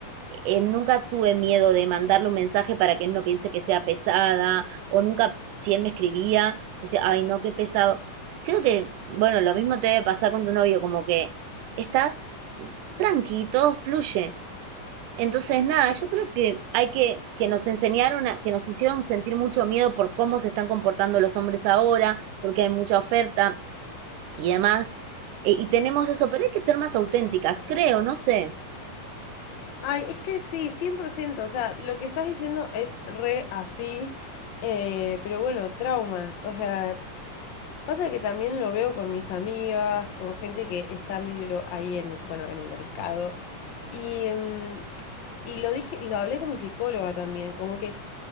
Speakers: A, on the right; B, on the left.
A: eh, nunca tuve miedo de mandarle un mensaje para que él no piense que sea pesada, o nunca, si él me escribía, decía, ay, no, qué pesado. Creo que, bueno, lo mismo te debe pasar con tu novio, como que estás tranqui, todo fluye. Entonces, nada,
B: Sí.
A: yo creo que hay que, que nos enseñaron, a, que nos hicieron sentir mucho miedo por cómo se están comportando los hombres ahora, porque hay mucha oferta y demás. Eh, y tenemos eso, pero hay que ser más auténticas, creo, no sé.
B: Ay, es que sí, 100%, o sea, lo que estás diciendo es re así, eh, pero bueno, traumas, o sea, pasa que también lo veo con mis amigas, con gente que está medio ahí en, bueno, en el mercado, y, mm, y lo dije, lo hablé con mi psicóloga también, como que